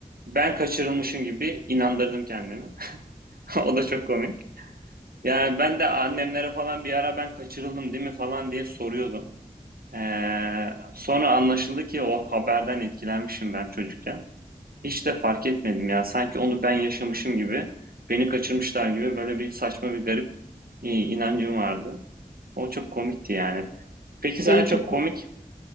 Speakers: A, on the right (about 85°); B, on the left (about 50°).
A: ben kaçırılmışım gibi inandırdım kendimi. <laughs> O da çok komik. Yani ben de annemlere falan bir ara ben kaçırıldım değil mi falan diye soruyordum. Ee, sonra anlaşıldı ki o haberden etkilenmişim ben çocukken. Hiç de fark etmedim ya. Sanki onu ben yaşamışım gibi, beni kaçırmışlar gibi böyle bir saçma bir garip e, inancım vardı. O çok komikti yani. Peki sana
B: Öyle
A: çok
B: çok
A: komik,
B: iyi.